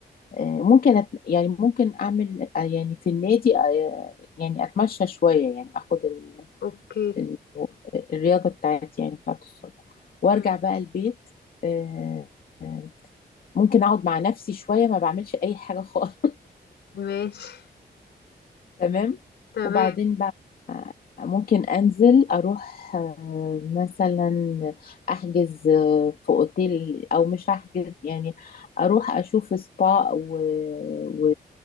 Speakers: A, on the left; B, on the left.
A: آه، ممكن أت... يعني ممكن أعمل آه، يعني في النادي آه، يعني أتمشى شوية يعني أخد ال...
B: اوكي
A: ال... الرياضة بتاعتي يعني بتاعت الصبح وأرجع
B: م-
A: بقى البيت آه، آه، ممكن أقعد مع نفسي شوية ما بعملش أي حاجة خالص
B: ماشي
A: تمام
B: تمام
A: وبعدين بقى ممكن انزل اروح آه، مثلا احجز آه، في اوتيل او مش احجز يعني اروح اشوف سبا و... و